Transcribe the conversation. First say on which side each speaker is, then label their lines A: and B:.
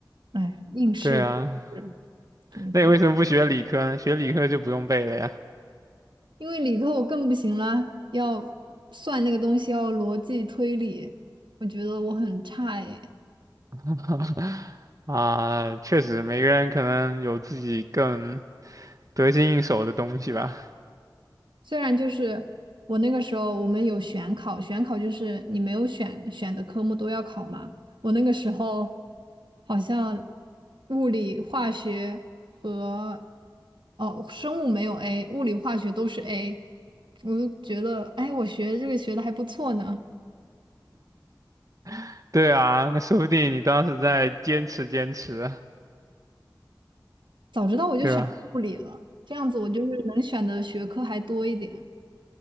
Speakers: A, on the right; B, on the right.
A: 哎，应试
B: <laughs> 对啊，
A: 是，只能说。
B: 那你为什么不学理科呢？学理科就不用背了呀。
A: 因为理科我更不行啦，要算那个东西，要逻辑推理，我觉得我很差耶。
B: <laughs> 啊，确实，每个人可能有自己更得心应手的东西吧。
A: 虽然就是我那个时候我们有选考，选考就是你没有选选的科目都要考嘛。我那个时候好像物理、化学和哦生物没有 A，物理、化学都是 A，我就觉得哎，我学这个学的还不错呢。
B: <laughs> 对啊，那说不定你当时在坚持坚持，
A: 早知道我就选物理了，
B: 对吧？
A: 这样子我就是能选的学科还多一点。